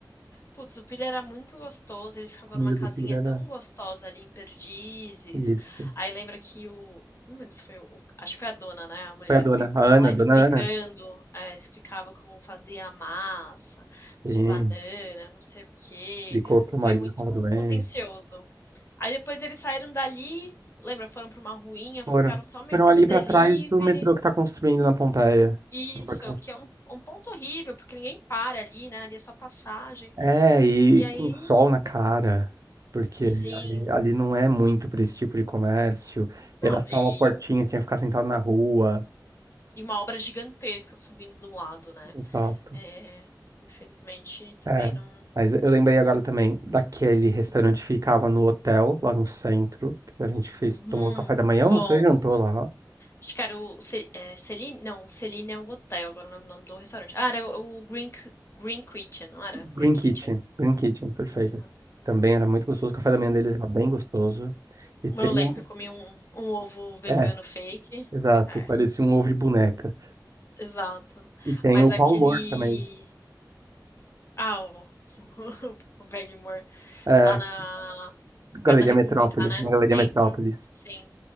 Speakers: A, on the left; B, on the right.
A: Putz, o Pilha era muito gostoso, ele ficava
B: A comida
A: numa casinha
B: do Pira
A: tão
B: era
A: gostosa ali em Perdizes.
B: isso.
A: Aí lembra que o. Não lembro se foi o. Acho que foi a dona, né? A mulher
B: Foi a dona,
A: ficou
B: a
A: lá
B: Ana,
A: explicando,
B: dona Ana.
A: é, explicava como fazia a massa
B: Sim.
A: de banana, não sei o quê.
B: Explicou que o marido
A: Foi muito
B: estava doente.
A: atencioso. Aí depois eles saíram dali, lembra? Foram para uma ruinha,
B: Foram,
A: ficaram só meio
B: foram
A: que
B: ali
A: no delivery.
B: pra trás do metrô que tá construindo na Pompeia.
A: Isso,
B: Foram pra
A: que é um, um ponto horrível, porque ninguém para ali, né? Ali é só passagem.
B: É, e,
A: E
B: e
A: aí,
B: com sol na cara, porque
A: sim,
B: ali, ali não é muito pra esse tipo de comércio. Era
A: Não,
B: só
A: e,
B: uma portinha, você tinha que ficar sentado na rua.
A: e uma obra gigantesca subindo do lado, né?
B: Exato.
A: É, infelizmente, também
B: É.
A: não.
B: Mas eu lembrei agora também daquele restaurante que ficava no hotel, lá no centro, que a gente fez,
A: Hum,
B: tomou café da manhã,
A: bom.
B: almoçou e jantou lá.
A: Acho que era o Ce- é, Celine? Não, o Celine é o hotel, agora não lembro o nome do restaurante. Ah, era o o Green, Ki- Green Kitchen, não era?
B: Green
A: Green Kitchen.
B: Kitchen, Green Kitchen, perfeito.
A: Isso.
B: Também era muito gostoso, o café da manhã deles era bem gostoso. E tem
A: Eu lembro
B: o.
A: que eu comi um, um ovo vegano
B: É,
A: fake.
B: exato,
A: É,
B: parecia um ovo de boneca.
A: exato.
B: E tem
A: Mas
B: o
A: aquele.
B: Paulo Moore também,
A: Ah, o, <laughs> o Bag More,
B: é,
A: lá na.
B: Galeria
A: perto da República,
B: Metrópole,
A: né?
B: na
A: No
B: Galeria
A: centro.
B: Metrópolis.
A: Sim.